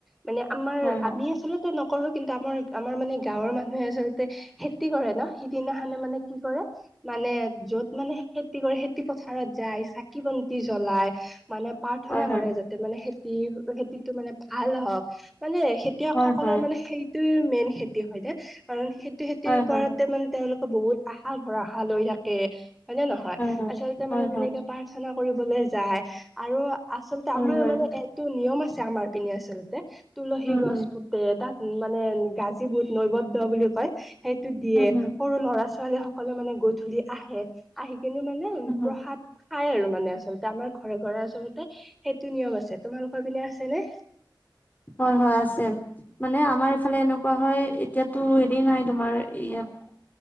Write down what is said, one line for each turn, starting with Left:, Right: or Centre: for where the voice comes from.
Centre: মানে আমাৰ
Left: হয় হয়
Centre: আমি আচলতে নকৰোঁ, কিন্তু আমাৰ আমাৰ মানে গাঁৱৰ মানুহে আচলতে খেতি কৰে না, সিদিনাখনে মানে কি কৰে মানে যত মানে খেতি কৰে, খেতি পথাৰত যায়, চাকি বন্তি জ্বলাই মানে প্ৰাৰ্থনা
Left: হয় হয়
Centre: কৰে যাতে মানে খেতি, খেতিতটো মানে ভাল হওঁক মানে খতিয়ক
Left: হয়
Centre: সকলৰ
Left: হয়
Centre: মানে সেইটো মেইন খেতি হয় নে, কাৰণ সেইটো খেতিৰ
Left: হয়
Centre: ওপৰতে
Left: হয়
Centre: মানে তেওঁ বহুত আশা ভৰাষা লৈ থাকে। হয় নে নহয়,
Left: হয়
Centre: আচলতে
Left: হয়
Centre: মানে তেনেকে-
Left: হয়
Centre: প্ৰাৰ্থনা কৰিবলৈ যায় আৰু আচলতে
Left: হয়
Centre: আমাৰ
Left: হয়
Centre: মানে- এইটো নিয়ম আছে আমাৰ পিনে আচলতে, তুলসী
Left: উম
Centre: গছ
Left: উম
Centre: পুতে তাত মানে- <unintelligible> বহুত নৈবদ্ বুলি কয় সেইটো দিয়ে,
Left: উম হম
Centre: সৰু ল'ৰা-ছোৱালীয়ে স কলে মানে গধূলি আহে, আহি কিনে মানে
Left: উম
Centre: প্ৰসাদ-
Left: হম
Centre: খাই আৰু মানে আচলতে আমাৰ ঘৰে ঘৰে আচলতে সেইটো নিয়ম আছে। তোমালোকৰ পিনে আছে নে?
Left: হয় হয় আছে। মানে আমাৰ এইফালে এনেকুৱা হয়, এতিয়াতো হেৰি নাই তোমাৰ ইয়াত-